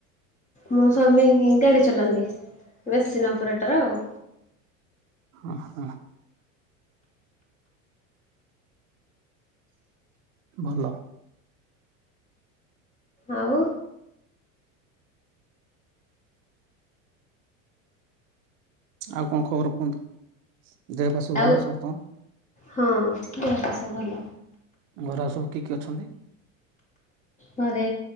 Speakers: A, on the left; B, on the right.
A: ମୋ ସ୍ୱାମୀ ଗାଡ଼ି ଚଲାନ୍ତି, ମେସିନ୍ ଅପରେଟର୍ ଆଉ।
B: ଅଁ, ହଁ। ଭଲ।
A: ଆଉ।
B: ଆଉ କଣ ଖବର କୁହନ୍ତୁ। ଦେହ ପା ସବୁ
A: ଆଉ
B: ଭଲ ସମସ୍ତଙ୍କର?
A: ହଁ ଦେହପା ସବୁ ଭଲ
B: ଘରେ ଆଉ ସବୁ କିଏ କିଏ ଅଛନ୍ତି?
A: ଘରେ